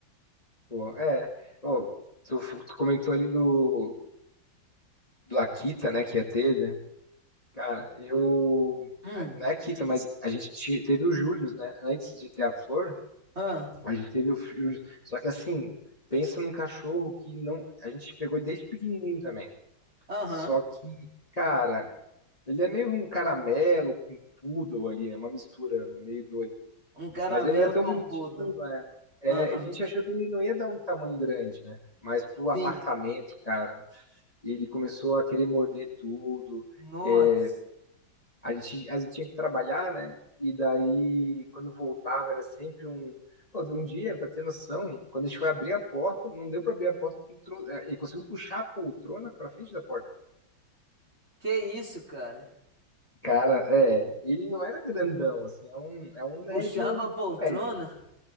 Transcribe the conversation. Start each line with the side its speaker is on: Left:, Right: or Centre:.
Left: pô, é. Ô, tu, fu- tu comentou ali do, do Akita, né? Que ia ter, né? Cara, eu.
Right: Hum.
Left: a- Não é Akita, mas a gente ti- teve o Július, né? Antes de ter a Flor,
Right: Ah,
Left: a gente teve o Július. Só que, assim, pensa num cachorro que não. A gente pegou ele desde pequenininho também.
Right: aham.
Left: Só que, cara. Ele é meio um caramelo com poodle ali, né? Uma mistura meio doida.
Right: Um caramelo
Left: Mas ele era tão
Right: composto.
Left: bonitinho, né? É,
Right: Aham.
Left: a gente achou que ele não ia dar um tamanho grande, né? Mas pro
Right: Sim.
Left: apartamento, cara, ele começou a querer morder tudo.
Right: Nossa.
Left: É, a gente, a gente tinha que trabalhar, né? E daí, quando voltava, era sempre um. Pô, Um dia, para ter noção, quando a gente foi abrir a porta, não deu para abrir a porta porque ele, trou- eh, ele conseguiu puxar a poltrona para frente da porta.
Right: Que isso, cara?
Left: Cara, é, ele não era grandão, assim, é um, é um médio,
Right: Puxava a poltrona?
Left: um médio.